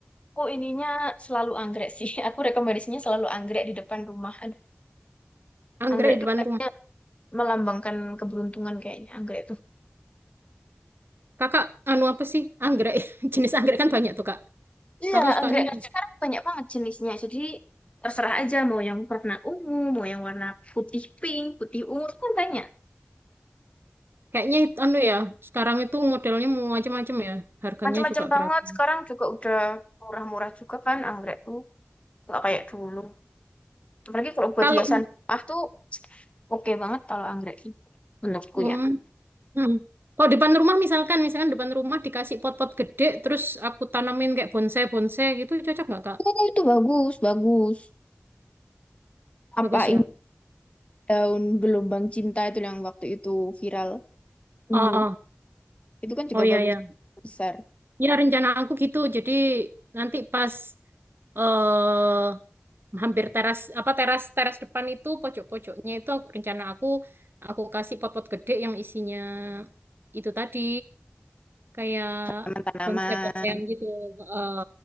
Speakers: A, on the left; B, on the right.
A: aku ininya selalu anggrek sih. <laughs> Aku rekomendasinya selalu anggrek di depan rumah. Aduh,
B: anggrek
A: Anggrek
B: di
A: tuh
B: depan
A: kayaknya
B: rumah
A: melambangkan keberuntungan kayaknya anggrek tuh.
B: Kakak anu apa sih anggrek <laughs> jenis anggrek kan banyak tuh Kak
A: Iya,
B: Kakak sukanya
A: anggrek kan sekarang banyak banget jenisnya. Jadi terserah aja mau yang warna ungu, mau yang warna putih pink, putih ungu itu kan banyak.
B: kayaknya itu anu ya sekarang itu modelnya mau macam-macam ya harganya
A: Macam-macam
B: juga
A: banget.
B: beragam
A: Sekarang juga udah murah-murah juga kan anggrek tuh. Nggak kayak dulu. Apalagi kalau buat
B: kalau
A: hiasan rumah tuh oke banget kalau anggrek itu menurutku
B: hmm,
A: ya.
B: hmm. Kalau depan rumah misalkan, misalkan depan rumah dikasih pot-pot gede, terus aku tanamin kayak bonsai-bonsai gitu, cocok nggak Kak?
A: Oh, itu bagus, bagus. Apa
B: Bagus
A: ini daun gelombang cinta itu yang waktu itu viral dulu.
B: ya.
A: Itu kan juga
B: Oh iya
A: bagus
B: ya.
A: besar.
B: Ya rencana aku gitu. Jadi nanti pas eh hampir teras apa teras teras depan itu pojok-pojoknya itu aku- rencana aku aku kasih pot-pot gede yang isinya itu tadi kayak
A: Tanaman-tanaman
B: konsep-konsepan gitu. Eh